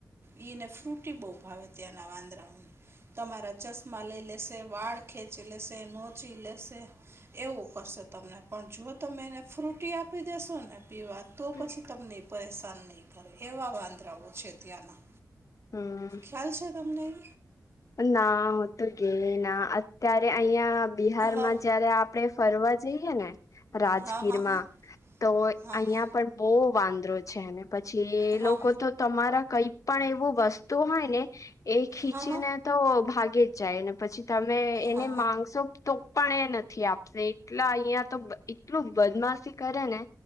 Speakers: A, on the right (about 40°); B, on the left (about 55°).
A: એઈને ફ્રુટી બહુ ભાવે ત્યાંના વાંદરાઓને, તમારા ચસ મા લઈ લેશે વાળ ખેંચી લેશે નોચી લેશે. એવું કરશે તમને પણ જો તમે એને ફ્રુટી આપી દેેશો ને- પીવા તો
B: હમ
A: પછી તમને પરેશાન નહીં કરે એવા વાંદરાઓ છે ત્યાંના
B: હમ
A: ખાલશે તમ નહી.
B: ના હું તો ગે ના અત્યારે અહં બિહારમાં
A: હા
B: જયારે આપડે ફરવા જઈએ ને, રાજકીર
A: હા હા હા
B: માં. તો
A: હા
B: અહિયાં પણ બહુ વાંદરો છે એને. પછી એ
A: હા હા
B: લોકો તો તમારા કઈ પણ એવું વસ્તુ હોય ને એ ખીચીને
A: હા હા હા
B: તો ભાગે જ જાય ને પછી તમે એને
A: હા
B: માનશો તો પણ એ નથી આપશે એટલા અહિયાં તો એટલું બદમાશ કરે ને